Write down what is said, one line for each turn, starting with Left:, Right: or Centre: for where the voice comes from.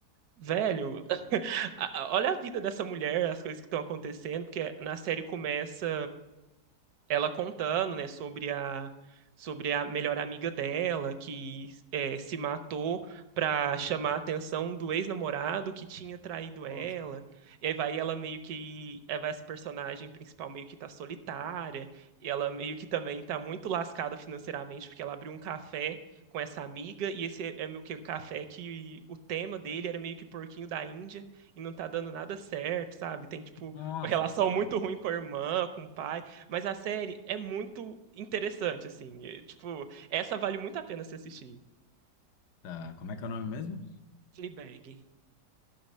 Right: velho, <laughs> a- a- olha a vida dessa mulher, as coisas que estão acontecendo, porque na série começa ela contando, né, sobre a sobre a melhor amiga dela que é, se matou para chamar a atenção do ex-namorado que tinha traído ela.
Left: nossa,
Right: E aí vai ela meio que aí vai essa personagem principal meio que tá solitária, e ela meio que também tá muito lascada financeiramente porque ela abriu um café com essa amiga e esse é meio que o café que o tema dele era meio que porquinho da Índia e não tá dando nada certo, sabe? Tem tipo
Left: nossa
Right: uma relação
Left: senhora.
Right: muito ruim com a irmã, com o pai mas a série é muito interessante, assim. é, tipo, essa vale muito a pena se assistir.
Left: Tá, como é que é o nome mesmo?
Right: Fleabag.